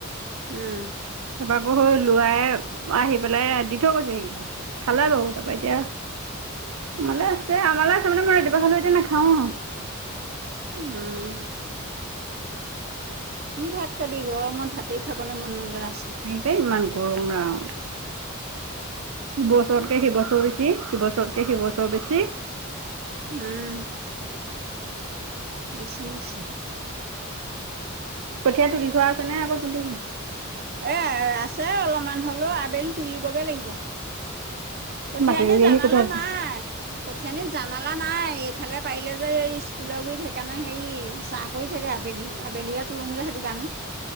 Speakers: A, on the right; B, on the right.
A: উম।
B: তাৰপৰা আকৌ সৌ লোৱাই আহি পেলাই দি থৈ গৈছে সি ভাত। খালে বাৰু তাৰাপা এতিয়া আমালৈ আছে, আমালৈ আছে মানে মই ৰাতিপোৱা খালো এতিয়া নাখাওঁ।
A: উম। কি ভাত খাবি গৰমত ভাতেই খাবলৈ মন নোযোৱা হৈছে।
B: পে ইমান গৰম ৰাম। সি বছৰতকে সি বছৰ বেছি, সি বছৰতকে সি বছৰ বেছি।
A: উম। বেছি হৈছে।
B: কঠিয়ীয়া তুলি থোৱা আছে নে আক তুলিবি।
A: এ আছে অলপমান হ'লেও আবেলি তুলিবগৈ লাগিব। কঠিয়া
B: মাটি
A: এনেই
B: ৰুই
A: জমালা
B: আহি কঠীয়া
A: নাই। কঠিয়ানিত জামালা নাই এইফালে পাৰিলে যে এই স্কুলৰ গুৰিত সেইকাৰণে হেৰি চাহ। পৰি থাকে আবেলি আবেলিয়ে, তোলোং‌ যে সেইটো কাৰণে।